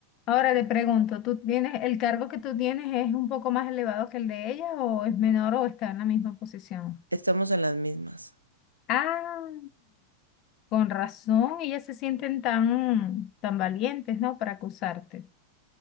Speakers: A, on the left; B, on the right.
A: Ahora te pregunto, ¿tú tienes, el cargo que tú tienes es un poco más elevado que el de ella o es menor o está en la misma posición?
B: Estamos en las mismas.
A: Ah, con razón, ellas se sienten tan, tan valientes, ¿no? Para acusarte.